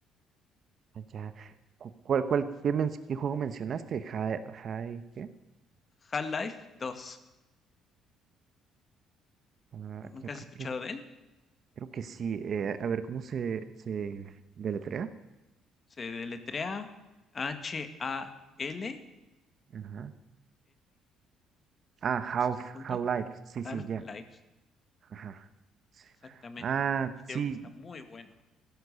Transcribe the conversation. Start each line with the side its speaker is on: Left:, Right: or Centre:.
Right: Ah, Ya. Cu- ¿Cuál, cuál, qué, men- qué juego mencionaste? Hi, hi, ¿qué?
Left: Half-Life dos,
Right: Ah,
Left: ¿nunca
Right: ¿qué, qué,
Left: has escuchado
Right: qué
Left: de él?
Right: Creo que sí. eh, a ver, ¿cómo se, se deletrea?
Left: Se deletrea H-A-L-F,
Right: Ajá. Ah, Half,
Left: eso es punto,
Right: Half-Life. Sí,
Left: Half-Life.
Right: sí, ya. Ajá. Sí.
Left: Exactamente.
Right: Ah,
Left: Y
Right: sí.
Left: te digo que está muy bueno.